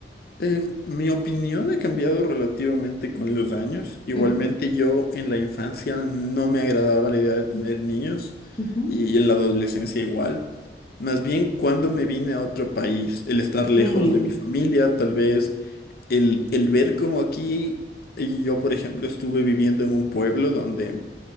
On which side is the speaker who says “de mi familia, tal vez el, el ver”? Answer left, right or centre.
Left